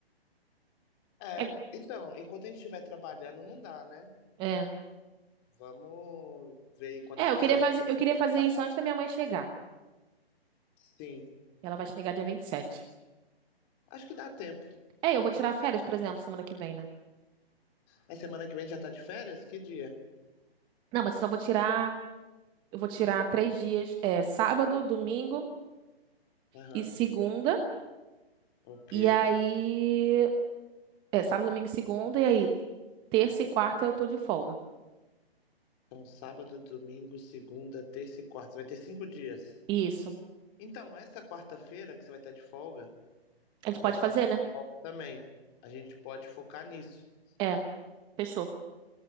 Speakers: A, on the left (about 25°); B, on the right (about 15°).
A: É,
B: É,
A: então, enquanto a gente estiver trabalhando, não dá, né?
B: é.
A: Vamos ver aí quando
B: É,
A: acabar
B: eu queria
A: esse
B: fazer, eu queria fazer
A: trabalho.
B: isso antes da minha mãe chegar.
A: Sim,
B: Ela vai chegar dia 27.
A: acho que dá tempo.
B: É, eu vou tirar férias, por exemplo, semana que vem, né?
A: A semana que vem já tá de férias? Que dia?
B: Não, mas eu só vou tirar. Eu vou tirar três dias. É sábado, domingo
A: Aham,
B: e segunda.
A: ok.
B: E aí. É sábado, domingo e segunda. E aí, terça e quarta eu tô de folga.
A: Então, sábado, domingo, segunda, terça e quarta. Você vai ter cinco dias.
B: Isso.
A: Então, essa quarta-feira que você vai estar de folga,
B: A gente pode
A: vai ser
B: fazer,
A: a minha
B: né?
A: folga também. A gente pode focar nisso.
B: É, fechou.